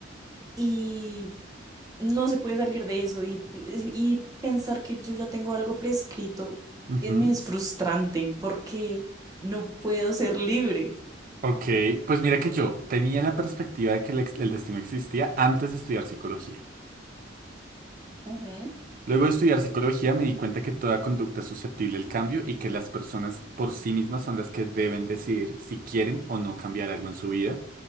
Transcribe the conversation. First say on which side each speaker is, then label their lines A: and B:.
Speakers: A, on the right; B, on the right.
A: y no se puede salir de eso y, y pensar que yo ya tengo algo prescrito
B: Ujú.
A: eh, me es frustrante porque no puedo ser libre.
B: Ok, pues mira que yo tenía la perspectiva de que el, ex- el destino existía antes de estudiar psicología.
A: Ujú.
B: Luego de estudiar psicología me di cuenta que toda conducta es susceptible al cambio y que las personas por sí mismas son las que deben decidir si quieren o no cambiar algo en su vida